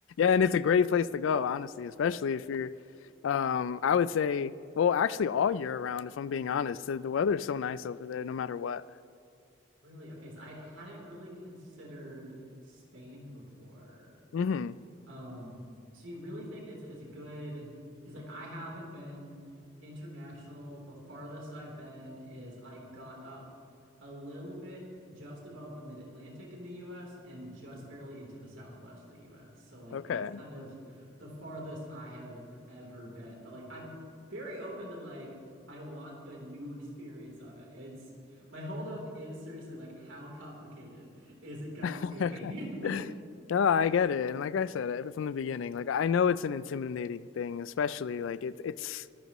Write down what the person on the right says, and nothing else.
Really? Okay, so I hadn't really considered Spain before.
Um, so you really think it's it's a good because like I haven't been international. The farthest I've been is I got up a little bit just above the mid-Atlantic in the US and just barely into the southwest of the US. So like
that's kind of the farthest I have ever been. But like I'm very open to like I want the new experience of it. It's my holdup is seriously like how complicated is it gonna
be? <laughs>